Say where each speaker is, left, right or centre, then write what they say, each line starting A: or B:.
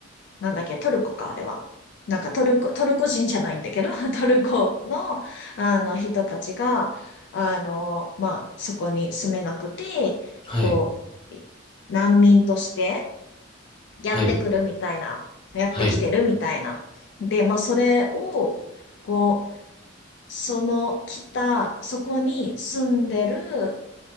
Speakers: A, on the left; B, on the left.
A: なんだっけ、トルコか、あれは。なんかトルコ、トルコ人じゃないんだけど、<laughs> トルコの、あの、人たちが、あの、まあ、そこに住めなくて、
B: はい。
A: こう、い難民としてやってくるみたいな、
B: はい。
A: やってきてるみたいな。
B: はい。
A: で、まあ、それを、こう、その来た、そこに住んでる、